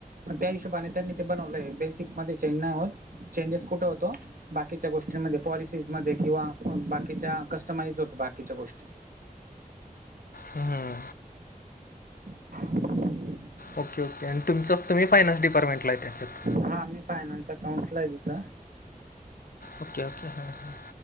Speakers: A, on the right; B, on the left.
A: त्या हिशोबाने त्यांनी ते बनवलंय बेसिक मध्ये चेंज नाही होत चेंजेस कुठं होतो. बाकीच्या गोष्टींमध्ये पॉलिसीजमध्ये, किंवा बाकीच्या कस्टमाइज होत बाकीच्या गोष्टी.
B: हं
A: <inaudible>
B: ओके ओके आणि तुमचं तुम्ही फायन्स डिपार्टमेंटला आहे त्याच्यात.
A: हा मी फायनान्स अकाउंट् ला आहे तिथं.
B: ओके ओके हा‌. हा.